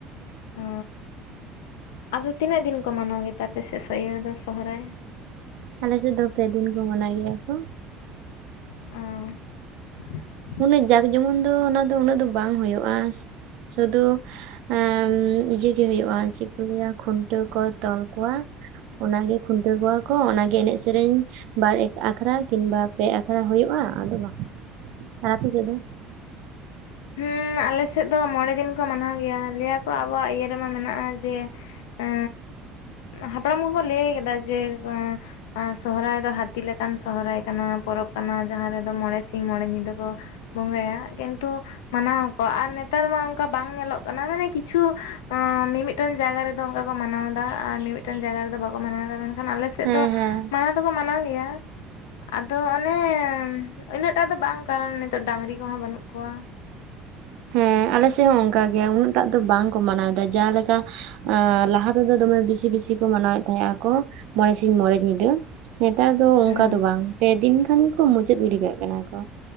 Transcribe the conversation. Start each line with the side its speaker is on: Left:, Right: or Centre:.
Left: ᱚ ᱟᱫᱚ ᱛᱤᱱᱟᱹᱜ ᱫᱤᱱ ᱠᱚ ᱢᱟᱱᱟᱣ ᱜᱮᱛᱟ ᱯᱮ ᱥᱮ ᱥᱮᱭᱳ ᱫᱚ ᱥᱚᱦᱚᱨᱟᱭ
Right: ᱟᱞᱮᱥᱮᱫ ᱫᱚ ᱯᱮᱫᱤᱱ ᱠᱚ ᱢᱟᱱᱟ ᱜᱮᱭᱟ ᱠᱚ,
Left: ᱟ <unintelligible>
Right: ᱩᱱᱟᱹᱜ ᱡᱟᱸᱠ ᱡᱮᱢᱚᱱ ᱫᱚ ᱚᱱᱟ ᱫᱚ ᱩᱱᱟᱹᱜ ᱫᱚ ᱵᱟᱝ ᱦᱩᱭᱩᱜ-ᱟ ᱥᱩᱫᱩ ᱟᱸᱜ ᱩᱢ ᱤᱭᱟᱹ ᱜᱮ ᱦᱩᱭᱩᱜ-ᱟ ᱪᱮᱫ ᱠᱚ ᱞᱟᱹᱭᱟ ᱠᱷᱩᱱᱴᱟᱹᱣ ᱠᱚ ᱛᱚᱞ ᱠᱚᱣᱟ, ᱚᱱᱟᱜᱮ ᱠᱷᱩᱱᱴᱟᱹᱣ ᱠᱚᱣᱟ ᱠᱚ ᱚᱱᱟᱜᱮ ᱮᱱᱮᱡ ᱥᱮᱨᱮᱧ ᱵᱟᱨ ᱮᱠ ᱟᱠᱷᱲᱟ ᱠᱤᱢᱵᱟ ᱯᱮ ᱟᱠᱷᱲᱟ ᱦᱩᱭᱩᱜ-ᱟ ᱟᱫᱚ ᱵᱟᱝ ᱟᱨ ᱟᱯᱮ ᱥᱮᱫ ᱫᱚ?
Left: ᱦᱮᱸ ᱟᱞᱮᱥᱮᱫ ᱫᱚ ᱢᱚᱬᱮ ᱫᱤᱱ ᱠᱚ ᱢᱟᱱᱟᱣ ᱜᱮᱭᱟ ᱞᱟᱹᱭᱟᱠᱚ ᱟᱵᱚᱣᱟᱜ ᱤᱭᱟᱹ ᱨᱮᱢᱟ ᱢᱮᱱᱟᱜ-ᱟ ᱡᱮ- ᱮ ᱦᱟᱯᱲᱟᱢ ᱠᱚᱠᱚ ᱞᱟᱹᱭ ᱟᱠᱟᱫᱟ ᱡᱮ ᱟᱨ ᱥᱚᱦᱚᱨᱟᱭ ᱫᱚ ᱦᱟᱛᱤ ᱞᱮᱠᱟᱱ ᱥᱚᱦᱚᱨᱟᱭ ᱠᱟᱱᱟ ᱯᱚᱨᱚᱵᱽ ᱠᱟᱱᱟ ᱡᱟᱦᱟᱸ ᱨᱮᱫᱚ ᱢᱚᱬᱮ ᱥᱤᱧ ᱢᱚᱬᱮ ᱧᱤᱫᱟᱹ ᱠᱚ ᱵᱚᱸᱜᱟᱭᱟ ᱠᱤᱱᱛᱩ ᱢᱟᱱᱟᱣᱟ ᱠᱚ ᱟᱞᱮ ᱱᱮᱛᱟᱨ ᱢᱟ ᱚᱱᱠᱟ ᱵᱟᱝ ᱧᱮᱞᱚᱜ ᱠᱟᱱᱟ ᱢᱟᱱᱮ ᱠᱤᱪᱷᱩ ᱢᱤᱢᱤᱫᱴᱟᱝ ᱡᱟᱭᱜᱟ ᱨᱮᱫᱚ ᱚᱱᱠᱟ ᱠᱚ ᱢᱟᱱᱟᱣ ᱮᱫᱟ ᱟᱨ ᱢᱤ ᱢᱤᱫ ᱞᱟᱸᱡᱟ ᱦᱚᱲ ᱫᱚ ᱵᱟᱠᱚ ᱢᱟᱱᱟᱣᱮᱫᱟ ᱢᱮᱱᱠᱷᱟᱱ ᱟᱞᱮ ᱥᱮᱫ
Right: ᱦᱮᱸ
Left: ᱫᱚ
Right: ᱦᱮᱸ
Left: ᱢᱟᱱᱟᱣ ᱫᱚᱠᱚ ᱢᱟᱱᱟᱣ ᱜᱮᱭᱟ ᱟᱫᱚ ᱚᱱᱮ ᱩᱱᱟᱹᱜᱴᱟᱜ ᱫᱚ ᱵᱟᱝ ᱠᱟᱨᱚᱱ ᱱᱤᱛᱩᱜ ᱰᱟᱝᱨᱤ ᱠᱚᱦᱚᱸ ᱵᱟᱹᱱᱩᱜ ᱠᱚᱣᱟ᱾
Right: ᱦᱮᱸ ᱟᱞᱮᱥᱮᱫ ᱦᱚᱸ ᱚᱱᱠᱟ ᱜᱮ ᱩᱱᱟᱹᱜ ᱴᱟᱜ ᱫᱚ ᱵᱟᱝᱠᱚ ᱢᱟᱱᱟᱣ ᱫᱟ ᱡᱟᱦᱟᱸᱞᱮᱠᱟ ᱟ ᱞᱟᱦᱟ ᱛᱮᱫᱚ ᱫᱚᱢᱮ ᱵᱮᱥᱤ ᱵᱮᱥᱤ ᱠᱚ ᱢᱟᱱᱟᱣᱮᱫ ᱛᱟᱦᱮᱸᱜ ᱟᱠᱚ ᱢᱚᱬᱮ ᱥᱤᱧ ᱢᱚᱬᱮ ᱧᱤᱫᱟᱹ ᱱᱮᱛᱟᱨ ᱫᱚ ᱚᱱᱠᱟ
Left: ᱦᱮᱸ
Right: ᱫᱚ ᱵᱟᱝ ᱯᱮᱫᱤᱱ ᱠᱷᱟᱱ ᱜᱮᱠᱚ ᱢᱩᱪᱟᱹᱫ ᱜᱤᱰᱤ ᱠᱟᱜ ᱠᱟᱱᱟ ᱠᱚ